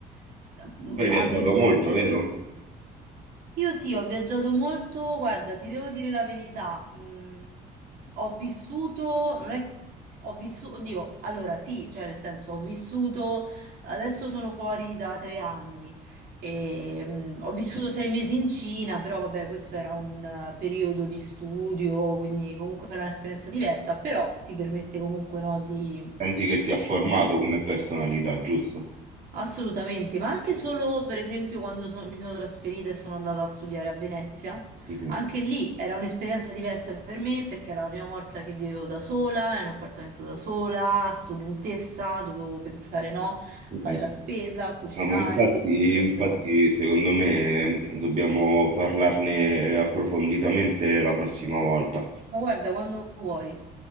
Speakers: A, on the right; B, on the right.
A: s-
B: tu hai viaggiato
A: anche se
B: molto,
A: deve
B: vero?
A: essere. Io sì, ho viaggiato molto, guarda, ti devo dire la verità, mm, ho vissuto, non è, ho vissuto, oddio, allora sì, cioè nel senso ho vissuto, adesso sono fuori da tre anni, e, mm, ho vissuto sei mesi in Cina, però vabbè, questo era un eh, periodo di studio, quindi comunque era un'esperienza diversa, però ti permette comunque, no, di
B: Senti che ti ha formato
A: conoscere.
B: come personalità, giusto?
A: Assolutamente, ma anche solo per esempio quando so- mi sono trasferita e sono andata a studiare a Venezia,
B: Mhm.
A: anche lì era un'esperienza diversa per me perché era la prima volta che vivevo da sola, in un appartamento da sola, studentessa, dovevo pensare no,
B: Mm,
A: fare la spesa, cucinare,
B: No, ma infatti,
A: tutte queste
B: infatti,
A: cose.
B: secondo me mm, dobbiamo parlarne approfonditamente la prossima volta.
A: Ma guarda, quando vuoi.